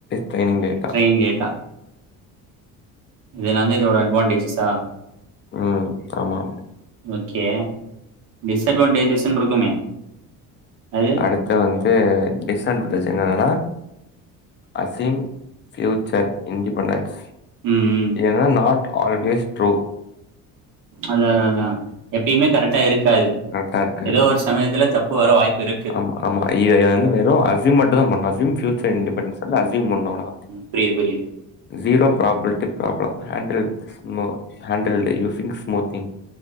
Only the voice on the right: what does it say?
எ கேட்டா இதுலாந்தா இதோட அட்ன்வான்டேஜஸா
ஓகே டிஸ்அட்வான்டேஜஸ்ன் இருக்குமே அது
ம் ம்
அத அத அதா எப்பயுமே கரெக்டா இருக்காது
ஏதோ ஒரு சமயத்துல தப்பு வர வாய்ப்பு இருக்
புரிது புரிது